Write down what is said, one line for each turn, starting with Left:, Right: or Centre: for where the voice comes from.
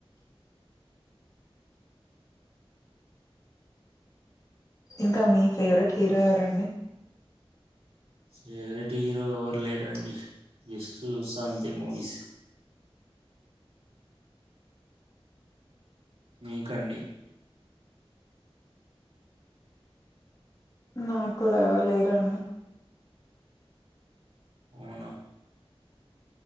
Left: ఇంకా మీ ఫేవరెట్ హీరో ఎవరండి
Right: ఫేవరెట్ హీరో ఎవరు లేరండి విస్సు శాంతి మూవీస్ మీకండి
Left: నా కూడా ఎవరు లేరండి
Right: అవునా